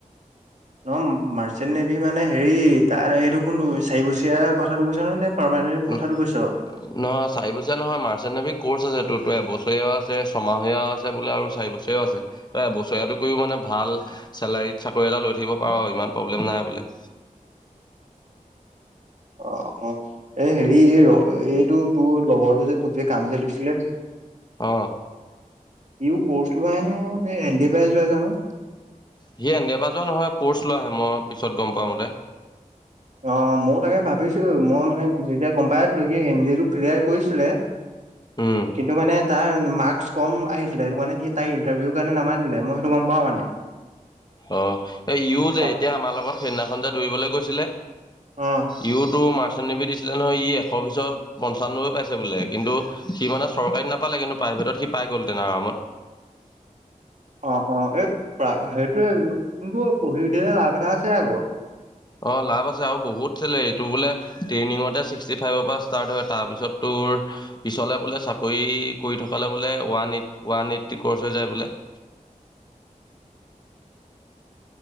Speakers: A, on the right; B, on the left.
A: ন মাৰ্চেণ্ট নেভি মানে হেৰি তাৰ এইটো কোনটো চাৰিবছৰীয়া কথাটো কৈছ নে, নে পাৰমানেণ্ট
B: নহয়
A: কথাটো কৈছ
B: চাৰি বছীয়া নহয় মাৰ্চেণ্ট নেভি ক'ৰ্চ আছেটো তো এবছৰীয়াও আছে ছমাহীয়াও আছে বোলে আৰু চাৰি বছৰীয়াও আছে। ত এবছৰীয়াটো কৰিও মানে ভাল চেলাৰীত চাকৰি এটা লৈ থাকিব পাৰ ইমান প্ৰব্লেম নাই বোলে।
A: অ, অ, এই হেৰি এই ৰ এইটো তোৰ লগৰটো যে তোক যে কাম যে দিছিলে
B: অ
A: ইও কৰ্চ লোৱা হে নে এনডিএৰ পৰা যোৱা যানো।
B: সি এনডিএৰ পৰা যোৱা নহয়, কৰ্চ লোৱাহে, মই পিছত গ'ম পোৱা মতে।
A: অ' মইয়ো তাকে ভাবিছিলো, মই মানে যেতিয়া গম পাই আছিলো সি এনডিএটো ক্লিয়াৰ কৰিছিলে
B: উম
A: কিন্তু মানে তাৰ মাৰ্কচ কম আহিছিলে সেইটো মানে সি তাই ইণ্টাৰভিউৰ কাৰণে নামাতিলে, মই সেইটো গ'ম পাওঁ মানে।
B: অ' এ ইও যে
A: তাপ
B: এতিয়া আমাৰ লগত সেইদিনাখন যে দৌৰিবলৈ গৈছিলে
A: অ
B: ইউটো ম ভিউ দিছিলে নহয়, ই এশৰ ভিতৰত পঞ্চানবৈ পাইছে বোলে, কিন্তু সি মানে চৰকাৰীত নাপালে কিন্তু প্ৰা ভিতৰত সি পাই গ'ল হে'তেনে আৰামত
A: অ, অ, এই সেইটোৱে কিন্তু পঢ়ি দিলে লাভ এটা আছে আকৌ
B: অ, লাভ আছে আৰু বহুত চেলাৰী এইটো বোলে ট্ৰেইনিঙতে ছিক্সটি ফাইভৰ পৰা ষ্টাৰ্ট হয় তাৰপিছতটো তোৰ পিছলে বোলে চাকৰি কৰি থকা বোলে one eighty one eighty course হৈ যায় বোলে। <inaudible>